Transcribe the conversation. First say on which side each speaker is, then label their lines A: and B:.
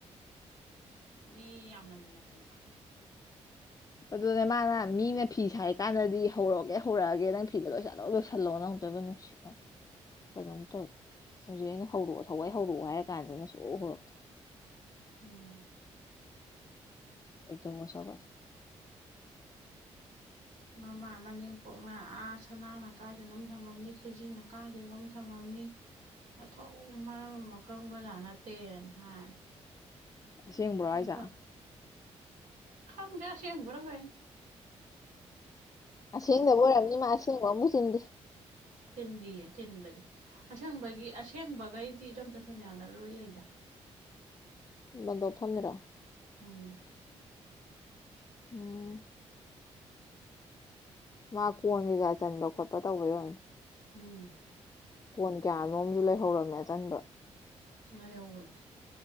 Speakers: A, on the right; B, on the left.
A: ꯃꯤ ꯌꯥꯝꯃꯟꯗꯅ
B: ꯑꯗꯨꯅꯦ ꯃꯥꯅ ꯃꯤꯅ ꯐꯤ ꯁꯥꯔꯤꯀꯥꯟꯗꯗꯤ ꯍꯧꯔꯛꯑꯒꯦ ꯍꯧꯔꯛꯑꯒꯦ ꯅꯪ ꯐꯤꯗ ꯂꯣꯏ ꯆꯠꯂ ꯂꯣꯏꯁꯤꯜꯂꯛꯑꯣ ꯅꯪ ꯇꯧꯔꯤꯕ ꯅꯨꯡꯁꯤ ꯀꯩꯅꯣꯝ ꯇꯧꯋꯤ ꯍꯧꯖꯤꯛ ꯑꯩꯅ ꯍꯧꯔꯛꯑꯣ ꯊꯋꯥꯏ ꯍꯧꯔꯛꯑꯣ ꯍꯥꯏꯔ ꯀꯥꯟꯗꯩꯅ ꯁꯣꯛ ꯍꯧꯔꯛꯇꯦ
A: ꯎꯝ
B: ꯑꯩ ꯇꯕꯨꯁꯕ
A: ꯃꯃꯥ ꯃꯅꯦꯝꯄꯣꯛꯅ ꯑꯥ ꯁꯅꯥꯅ ꯀꯥꯏꯗꯅꯝ ꯊꯝꯃꯝꯅꯤ ꯈꯨꯖꯤꯅ ꯀꯥꯏꯗꯅꯣꯝ ꯊꯝꯃꯅꯤ ꯃꯊꯧ ꯃꯔꯝ ꯑꯃ ꯈꯪꯕꯖꯥꯠ ꯅꯠꯇꯦꯅ ꯍꯥꯏ
B: ꯑꯁꯦꯡꯕ꯭ꯔꯣ
A: ꯑꯗꯣ
B: ꯑꯁꯦ
A: ꯈꯪꯗꯦ ꯑꯁꯦꯡꯕꯔ ꯀꯥꯏ
B: ꯑꯁꯦꯡꯗꯕ ꯑꯣꯏꯔꯝꯅꯤ ꯃꯥ ꯑꯁꯦꯡꯕꯣ ꯑꯃꯨ ꯆꯤꯟꯗꯦ
A: ꯆꯤꯟꯗꯤꯌꯦ ꯆꯤꯟꯕꯗꯤ ꯑꯁꯦꯡꯕꯒꯤ ꯑꯁꯦꯡꯕꯈꯩꯗꯤ ꯏꯗꯣꯝꯆ ꯁꯣꯅꯤꯌꯥꯅ ꯂꯣꯏ ꯂꯩꯗ
B: ꯕꯪꯗꯣꯞ ꯊꯝꯃꯤꯔꯣ
A: ꯎꯝ
B: ꯎꯝ ꯃꯥ ꯀꯣꯟ ꯀꯩꯀꯥ ꯆꯟꯕ ꯈꯣꯠꯄ ꯇꯧꯕ ꯌꯔꯅꯤ
A: ꯎꯝ
B: <inaudible> ꯀꯣꯟ ꯀꯌꯥ ꯅꯣꯝꯁꯨ <inaudible> ꯂꯩꯍꯧꯔꯝꯃꯦ ꯑꯆꯟꯕ
A: ꯂꯩꯍꯩꯕꯅꯦ